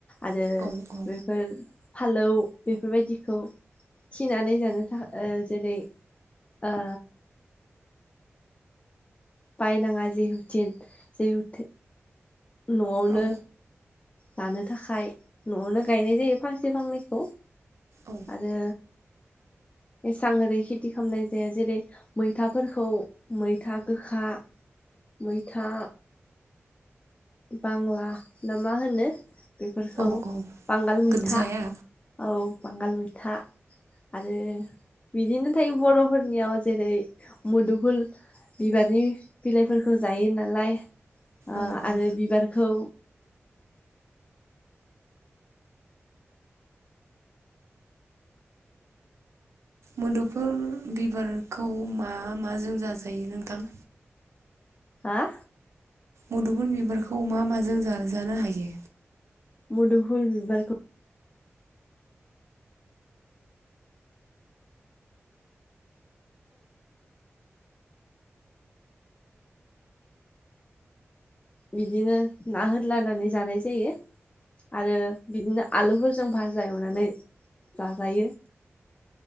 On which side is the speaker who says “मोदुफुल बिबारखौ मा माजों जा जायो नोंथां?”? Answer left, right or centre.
Right